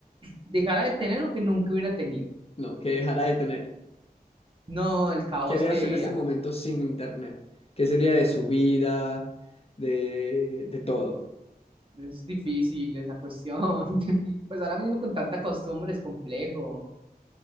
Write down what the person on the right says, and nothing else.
Dejará de tener lo que nunca hubiera tenido.
No, el caos
que
es difícil esa cuestión. <laughs> Pues ahora mismo con tanta costumbre es complejo.